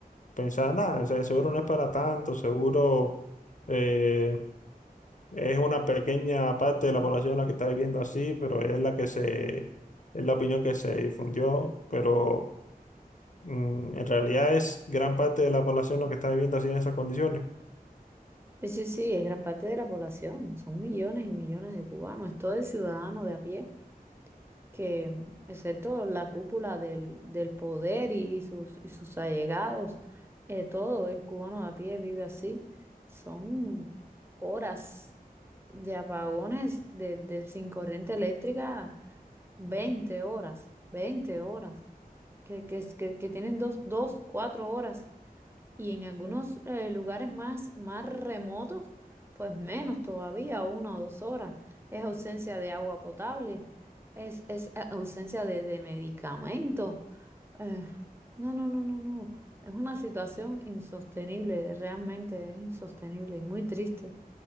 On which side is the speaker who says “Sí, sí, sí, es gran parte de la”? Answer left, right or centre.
Right